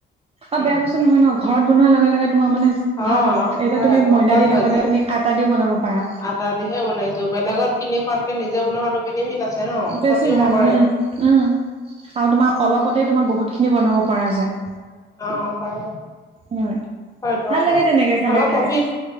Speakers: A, on the right; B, on the left.
A: অ'
B: উম
A: বেয়া বস্তু নহয় ন'! ঘৰত বনোৱাৰ লগে লগে তোমাৰ মানে
B: অ
A: ভাল হয়। এতিয়া তুমি
B: আকৌ
A: ময়দা
B: ভাল
A: দি
B: হৈ
A: নবনাই
B: যায়
A: তুমি আটা। দি বনাব পাৰা
B: আটা দিহে বনাইছোঁ। বেলেগত কিনি খোৱাতকে নিজে বনোৱাটো বেনিফিট আছে। ন
A: বেছি
B: ক্ষতিও
A: ভাল।
B: নকৰে
A: উম, উম আৰু তোমাৰ অলপ পতে তোমাৰ বহুত খিনি বনাব পৰা যায়।
B: অ' পাৰে।
A: উম
B: হয়টো
A: ভাল
B: আকৌ,
A: লাগে তেনেকে খালে
B: আমাৰ
A: খাই
B: প্ৰফিট